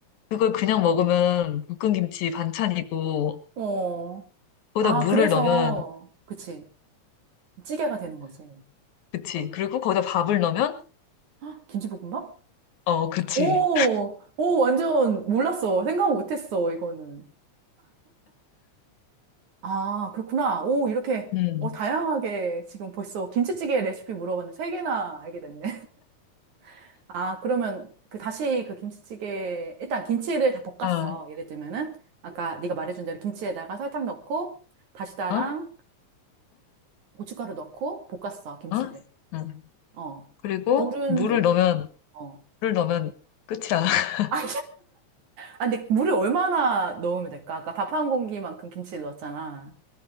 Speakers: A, on the left (about 80°); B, on the right (about 80°).
A: 그걸 그냥 먹으면 볶은 김치 반찬이고,
B: 어.
A: 거기다
B: 아,
A: 물을
B: 그래서,
A: 넣으면,
B: 그치. 찌개가 되는 거지.
A: 그치. 그리고 거기다 밥을 넣으면,
B: 아, 김치볶음밥?
A: 어, 그치.
B: 오, 오, 완전 몰랐어. 생각 못했어, 이거는. 아, 그렇구나. 오, 이렇게,
A: 음,
B: 어, 다양하게 지금 벌써 김치찌개 레시피 물어봤는데 세 개나 알게 됐네. <laughs> 아, 그러면 그 다시 그 김치찌개, 일단 김치를 다 볶았어.
A: 아,
B: 예를 들면은, 아까 네가 말해준 대로 김치에다가 설탕 넣고, 다시다랑
A: 어? 어?
B: 고춧가루 넣고 볶았어, 김치를.
A: 어? 응.
B: 어.
A: 그리고
B: 물은
A: 물을
B: 언제?
A: 넣으면,
B: 어.
A: 물을 넣으면 끝이야. <laughs>
B: 아, 아, 근데 물을 얼마나 넣으면 될까? 아까 밥 한 공기만큼 김치를 넣었잖아.